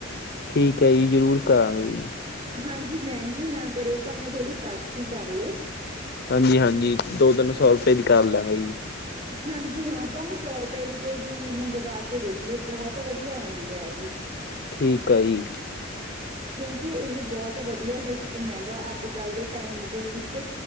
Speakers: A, on the left; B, on the right.
A: ਠੀਕ ਹੈ ਜੀ ਜ਼ਰੂਰ ਕਰਾਂਗੇ ਜੀ
B: ਹਾਂਜੀ ਮਹਿੰਗੀ ਨਾ ਕਰਿਓ ਭਾਵੇਂ ਥੋੜੀ ਸਸਤੀ ਕਰ ਲਿਓ
A: ਹਾਂਜੀ ਹਾਂਜੀ ਦੋ ਤਿੰਨ ਸੌ ਰੁਪਏ ਦੀ ਕਰ ਲਾਂਗਾ ਜੀ
B: ਹਾਂਜੀ ਹਾਂ ਭਾਵੇਂ ਸੌ ਰੁਪਏ ਦੀ ਕੋਈ ਚੀਜ਼ ਮੰਗਵਾ ਕੇ ਦੇਖ ਲਿਓ ਬਹੁਤ ਵਧੀਆ ਆਉਂਦੀ ਹੈਗੀ
A: ਠੀਕ ਆ ਜੀ
B: ਕਿਉਂਕਿ ਇਹ ਬਹੁਤ ਵਧੀਆ ਸਿਸਟਮ ਹੈਗਾ ਅੱਜ ਕੱਲ ਦੇ ਟਾਈਮ ਦੇ ਵਿੱਚ